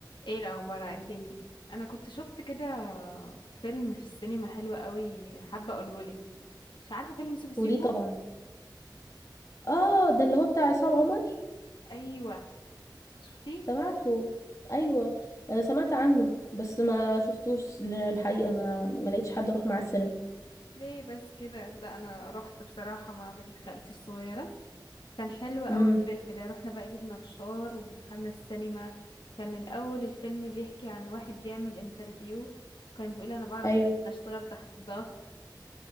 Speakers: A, on the left; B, on the left.
A: ايه الاخبار على الدنيا انا كنت شفت كده فيلم في السينما حلو قوي حابه اقولهولك مش عارفه فيلم سيكو سيكو
B: وليه طبعا اه ده اللي هو بتاع عصام عمر
A: ايوه شفتيه
B: سمعته ايوه آه، سمعت عنه بس ما شفتوش ل- الحقيقه ما ما لقيتش حد اروح معاه السينما
A: ليه بس كده لا انا رحت بصراحه مع بنت خالتي الصغيره كان حلو قوي
B: امم
A: الفيلم ده رحنا بقى جبنا فشار ودخلنا السينما كان الاول الفيلم بيحكي عن واحد بيعمل انترفيو وكان بيقول انا بعرف
B: ايوه
A: اشتغل تحت الضغط